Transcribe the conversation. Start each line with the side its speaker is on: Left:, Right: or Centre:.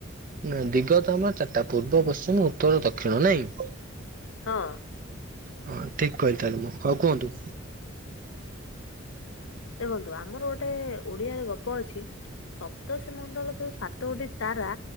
Right: ନା ଦିଗ ତ ଆମର ଚାରିଟା ପୂର୍ବ ପଶ୍ଚିମ ଉତ୍ତର ଦକ୍ଷିଣ ନାଇଁ।
Left: ହଁ।
Right: ହଁ ଠିକ କହିଲି ତାହେଲେ ମୁଁ। ଆଉ କୁହନ୍ତୁ।
Left: ଦେଖନ୍ତୁ ଆମର ଗୋଟେ ଓଡିଆରେ ଗପ ଅଛି। ସପ୍ତଷିମଣ୍ଡଳ ଯୋଉ ସାତ ଗୋଟି ତାରା